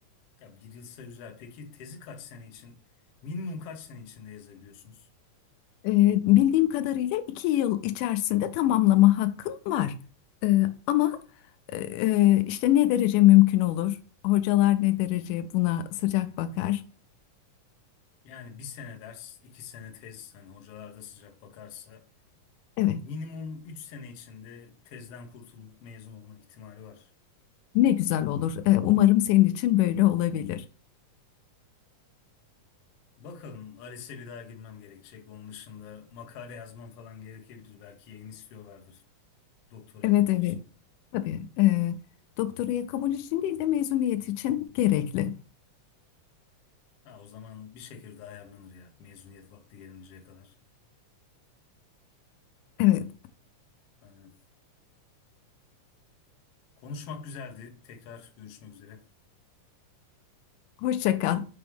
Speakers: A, on the left (about 65°); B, on the left (about 80°).
A: Ya bir yılsa güzel. Peki tezi kaç sene için minimum kaç sene içinde yazabiliyorsunuz?
B: Ee, bildiğim kadarıyla iki yıl içerisinde tamamlama hakkın var. Ee, ama e, işte ne derece mümkün olur? Hocalar ne derece buna sıcak bakar?
A: Yani bir sene ders, iki sene tez hani hocalar da sıcak bakarsa
B: Evet,
A: minimum 3 sene içinde tezden kurtulup mezun olma ihtimali var.
B: ne güzel olur. Ee, umarım senin için böyle olabilir.
A: Bakalım ALES'e bir daha girmem gerekecek. Onun dışında makale yazmam falan gerekebilir. Belki yayın istiyorlardır doktora
B: Evet,
A: kabul
B: evet.
A: için.
B: Tabii. E, doktoraya kabul için değil de mezuniyet için gerekli.
A: Ha, o zaman bir şekilde ayarlanır ya mezuniyet vakti gelinceye kadar.
B: Evet,
A: Aynen. Konuşmak güzeldi. Tekrar görüşmek üzere.
B: hoşça kal.